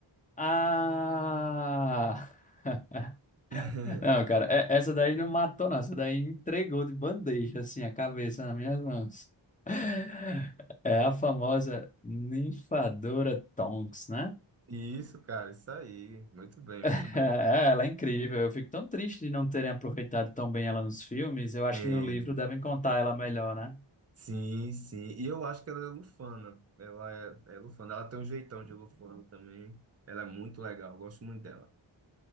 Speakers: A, on the left (about 15°); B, on the right (about 35°).
A: Ah! <laughs>
B: <laughs>
A: Não, cara, é- essa daí não matou, não. Essa daí entregou de bandeja, assim, a cabeça nas minhas mãos. <laughs> É a famosa ninfadora Tonks, né?
B: Isso, cara, isso aí. Muito bem,
A: <laughs>
B: muito bem.
A: É, ela é incrível. Eu fico tão triste de não terem aproveitado tão bem ela nos filmes. Eu acho
B: É,
A: que no livro devem contar ela melhor, né?
B: sim, sim. E eu acho que ela é lufana. Ela é, é lufana. Ela tem um jeitão de lufana também. Ela é muito legal. eu Gosto muito dela.